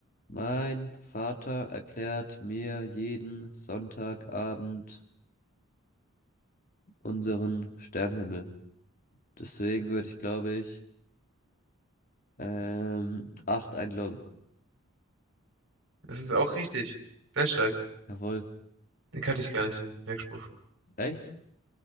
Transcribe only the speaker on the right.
Das ist auch richtig. Sehr stark.
Den kannte ich gar nicht, den Merkspruch.